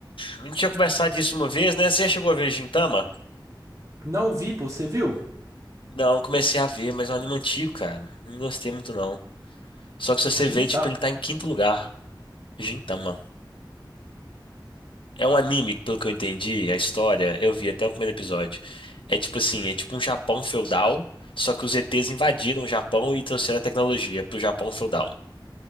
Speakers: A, on the left; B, on the right.
A: a gente tinha conversado disso uma vez, né? Você já chegou a ver Gintama?
B: Não vi, pô, você viu?
A: Não, eu comecei a ver, mas é um anime antigo, cara. Não gostei muito, não. Só que se
B: Gintama.
A: você ver, tipo, ele tá em quinto lugar. Gintama. É um anime, que, pelo que eu entendi, a história, eu vi até o primeiro episódio. É tipo assim, é tipo um Japão feudal, só que os ETs invadiram o Japão e trouxeram a tecnologia pro Japão feudal.